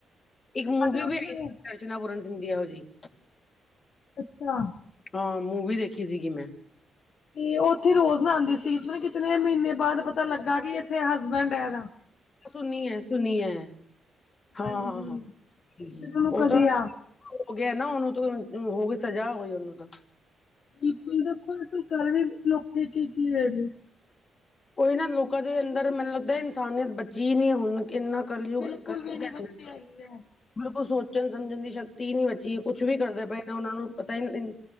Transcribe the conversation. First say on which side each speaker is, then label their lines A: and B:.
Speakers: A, on the left (about 35°); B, on the left (about 65°).
A: ਇੱਕ ਮੂਵੀ
B: ਅਤੇ ਉੱਥੇ
A: ਵੀ ਆਈ ਸੀ ਅਰਚਨਾ ਪੂਰਨ ਸਿੰਘ ਦੀ ਇਹੋ ਜਈ।
B: ਅੱਛਾ!
A: ਹਾਂ ਮੂਵੀ ਦੇਖੀ ਸੀਗੀ ਮੈਂ।
B: ਤੇ ਉੱਥੇ ਰੋਜ਼ ਨਾਂਦੀ ਸੀ ਪਤਾ ਨੀ ਕਿਤਨੇ ਮ੍ਹੀਨੇ ਬਾਅਦ ਪਤਾ ਲੱਗਾ ਕਿ ਐਥੇ ਹਸਬੈਂਡ ਐ ਦਾ।
A: ਸੁਨੀ ਐ, ਸੁਨੀ ਐ। ਹਾਂ-ਹਾਂ-ਹਾਂ
B: ਹਾਂਜੀ
A: ਠੀਕ
B: ਫਿਰ ਉਹਨੂੰ ਕਦੇ
A: ਓ ਤਾਂ
B: ਆ
A: ਹੋ ਗਿਆ ਨਾ ਉਨੂੰ ਤੋਂ ਹੋਗੀ ਸਜ਼ਾ ਹੋਈ ਉਨੂੰ ਤਾਂ।
B: ਵੇਖੋ ਲੋਕੀਂ ਕਰ ਵੀ ਲੋਕੀਂ ਕੀ-ਕੀ ਰਏ ਨੇ।
A: ਕੋਈ ਨਾ ਲੋਕਾਂ ਦੇ ਅੰਦਰ ਮੈਨੂੰ ਲੱਗਦੈ ਇਨਸਾਨੀਅਤ ਬਚੀ ਨੀ ਹੁਣ ਕਿੰਨਾ ਕਲਯੁੱਗ,
B: ਬਿਲਕੁਲ
A: ਕਲਯੁੱਗ ਐ।
B: ਬੱਚੀ ਹੈਗੀ ਆ।
A: ਬਿਲਕੁੱਲ ਸੋਚਣ ਸਮਝਣ ਦੀ ਸ਼ਕਤੀ ਈ ਨੀ ਬਚੀ ਕੁੱਛ ਵੀ ਕਰਦੇ ਪਏ ਨੇ ਉਨਾਂ ਨੂੰ